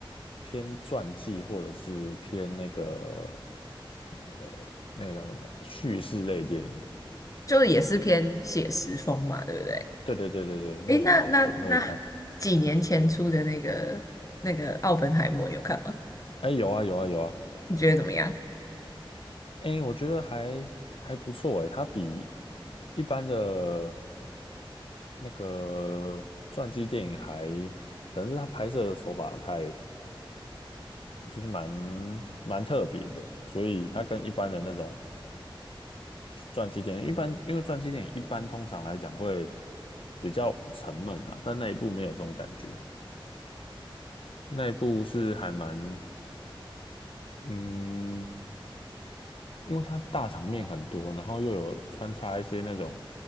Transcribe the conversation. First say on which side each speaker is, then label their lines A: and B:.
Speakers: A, on the left; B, on the left.
A: 偏传记或者是偏那个呃那个叫什么叙事类电影，
B: 就就也是偏写实风嘛，对不对？
A: 对对对对对，那种的我都都会看。
B: 诶，那那那几年前出的那个那个《奥本海默》，你有看吗？
A: 哎、有啊有啊有啊，
B: 你觉得怎么样？
A: 哎、我觉得还还不错哎、它比一般的那个传记电影还。可能是它拍摄的手法太就是蛮蛮特别的，所以它跟一般的那种传记电影，一般因为传记电影一般通常来讲会比较沉闷啊，但那一部没有这种感觉，就那一部是还蛮嗯，因为它大场面很多，然后又有穿插一些那种